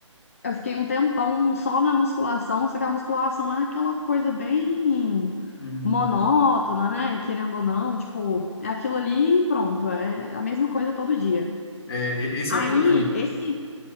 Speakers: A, on the left; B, on the left.
A: eu fiquei um tempão só na musculação, só que a musculação é aquela coisa bem
B: uhum.
A: monótona, né? Querendo ou não, tipo, é aquilo ali e pronto, é a mesma coisa todo dia.
B: É, e- esse
A: Aí,
B: é o problema.
A: esse,